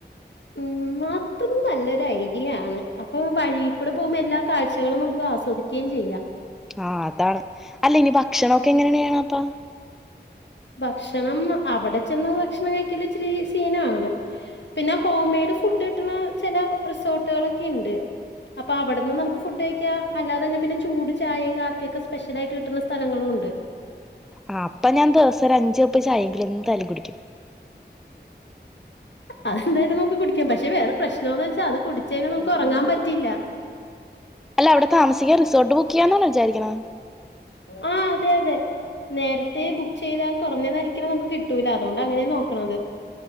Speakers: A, on the left; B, in the centre.
A: ഉം ഉം ന്നാത്തും നല്ലൊരു ഐഡി ആണ് അപ്പൊ വഴി കൂടെ പോകുമ്പോ എല്ലാ കാഴ്ചകളും നമുക്ക് ആസ്വദിക്ക്യയും ചെയ്യാം
B: ആ പ് അതാണ് അല്ല ഇനി ഭക്ഷണൊക്കെ എങ്ങനെയാണപ്പോ
A: ഭക്ഷണം അവടെ ചെന്ന് ഭക്ഷണം കഴിക്കൽ ഇച്ചിരി സീനാണ് പിന്നെ ഹോംമെ യ്ട് ഫുഡ് കിട്ട്ണ ചെല റിസോർട്ടുകളൊക്കെ ഇണ്ട് അപ്പൊ അവിട്ന്ന് നമുക്ക് ഫുഡ് കഴിക്കാം അല്ലാതെ തന്നെ പിന്നെ ചൂട് ചായെയും കാപ്പിയൊക്കെ സ്പെഷ്യലായിട്ട് കിട്ടുന്ന സ്ഥലങ്ങളൂണ്ട്
B: ആഹ് അപ്പൊ ഞാൻ ദെവസം ഒരു അഞ്ച് കപ്പ്‌ ചായെങ്കിലും എന്തായാലും കുടിക്കും
A: അതെന്തായാലും നമ്മക്ക് കുടിക്കാം പക്ഷെ വേറെ പ്രശ് നോവെച്ചാ അത് കുടിച്ച് കഴിഞ്ഞ നമുക്ക് ഒറങ്ങാൻ പറ്റില്ല
B: അല്ല അവിടെ താമസിക്കാൻ റിസോർട്ട് ബുക്ക് ചെയ്യാന്നാണൊ വിചാരിക്കണെ
A: ആ അതെ അതെ നേരത്തെ ബുക്ക് ചെയ്താൽ കുറഞ്ഞവിലയ്ക്ക് നമുക്ക് കിട്ടൂല അതോണ്ടാ അങ്ങനെ നോക്കണത്